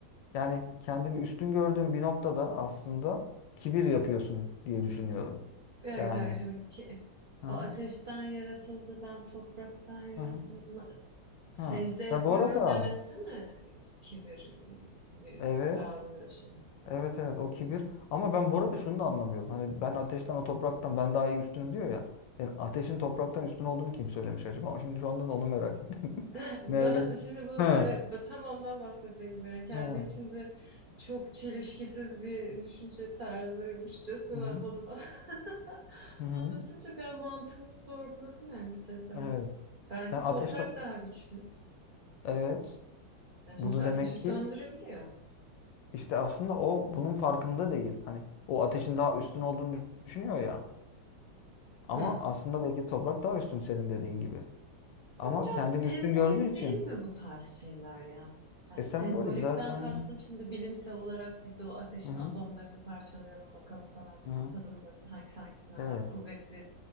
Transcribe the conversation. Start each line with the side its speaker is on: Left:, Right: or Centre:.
Left: Yani kendini üstün gördüğün bir noktada aslında kibir yapıyorsun diye düşünüyorum.
Right: Bir dakika
Left: Yani.
Right: bir dakika şimdi ki,
Left: Hı hı.
Right: o ateşten yaratıldı ben topraktan yaratıldım.
Left: Hı hı.
Right: Secde
Left: hı.
Right: etmiyorum
Left: Ya bu arada
Right: demesi mi kibir gibi
Left: evet.
Right: algılıyorsun?
Left: Evet evet o kibir. Ama ben bu arada şunu da anlamıyorum. Hani ben ateşten o topraktan ben daha iyi üstünüm diyor ya. Yani ateşin topraktan üstün olduğunu kim söylemiş acaba? Ama Şimdi şu anda da onu merak ettim.
Right: <laughs>
Left: <laughs>
Right: Heh, Ben
Left: Nereden?
Right: şimdi bu
Left: Ha.
Right: evet ben tam ondan bahsedecektim yani kendi
Left: He. Hı
Right: içinde çok çelişkisiz bir düşünce tarzıymışçasına
Left: hı.
Right: bana bak. <laughs>
Left: Hı hı.
Right: Anlatınca ben mantığını sorguladım yani ister istemez.
Left: Evet.
Right: Belki
Left: Yani ateşten
Right: toprak daha güçlü.
Left: evet.
Right: Ya sonuçta
Left: Bunu
Right: ateşi
Left: demek ki
Right: söndürebiliyor.
Left: işte aslında o bunun farkında değil. Hani o ateşin daha üstün olduğunu düşünüyor ya. Ama
Right: Hı.
Left: aslında belki de toprak daha üstün senin dediğin gibi. Ama
Right: Biraz
Left: kendini
Right: sembolik
Left: üstün gördüğü için
Right: değil mi bu tarz şeyler ya? Yani
Left: e sembolik
Right: sembolikten
Left: zaten.
Right: kastım şimdi bilimsel olarak biz o ateşin
Left: Hı hı.
Right: atomlarını parçalayalım bakalım falan
Left: Hı hı.
Right: tadında hangisi hangisinden
Left: Evet.
Right: daha kuvvetli